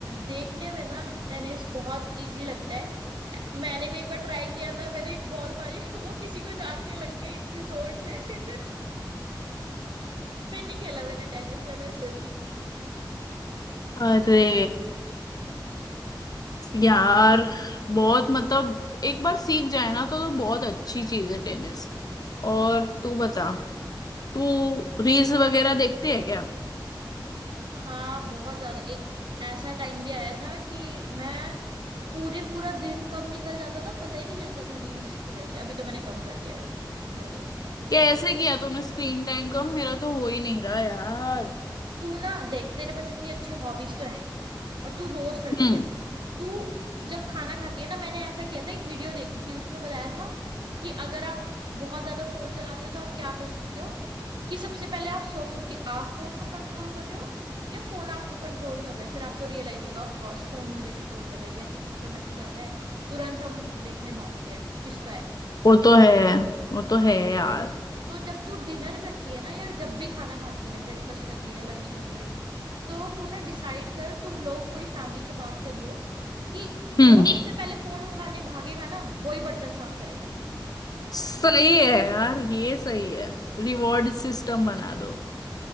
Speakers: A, on the right (about 75°); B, on the left (about 55°).
A: देखने में ना टेनिस बहुत इजी लगता है मैंने भी एक बार ट्राई किया था मैंने एक बॉल मारी <laughs> वो किसी को जाके लग गई इतनी जोर से <laughs> फिर नहीं खेला मैंने टेनिस वेनिस
B: अरे यार बहुत मतलब एक बार सीख जाए ना तो, तो बहुत अच्छी चीज है टेनिस और तू बता तू रील्स वगैरह देखती है क्या
A: हाँ बहुत ज्यादा एक ऐसा टाइम भी आया था कि मैं पूरे पूरा दिन कब निकल जाता था पता ही नहीं चलता था रील्स की वजह से अभी तो मैंने कम कर दिया वैसे सुधर गई हूँ मैं थोड़ा
B: कैसे किया तूने स्क्रीन टाइम कम मेरा तो हो ही नहीं रहा यार
A: तू ना देख तेरे पास इतनी अच्छी हॉबीज तो हैं ही, और तू रोज करती
B: हम्म
A: है तू जब खाना खाती है ना मैंने ऐसा किया था एक वीडियो देखी थी उसमें बताया था कि अगर आप बहुत ज्यादा फोन चलाते हो तो आप क्या कर सकते हो कि सबसे पहले आप सोचो कि आप फोन को कंट्रोल कर रहे हो या फोन आपको कंट्रोल कर रहा है फिर आपको रियलाइज होगा ऑफ कोर्स फोन मुझे कंट्रोल कर रहा है जैसे किसी का मैसेज आता है तुरंत हम देखने भागते हैं किसका है
B: वो तो है वो तो है यार
A: तो जब तू डिनर करती है ना या जब भी खाना खाती है ब्रेकफास्ट कर रही है लंच कर रही है तो तू ना डिसाइड कर तुम लोग पूरी फैमिली से बात करियो कि
B: हम्म
A: जो सबसे पहले फोन उठाने भागेगा ना वो ही बर्तन साफ करेगा
B: सही है यार ये सही है रिवॉर्ड सिस्टम बना दो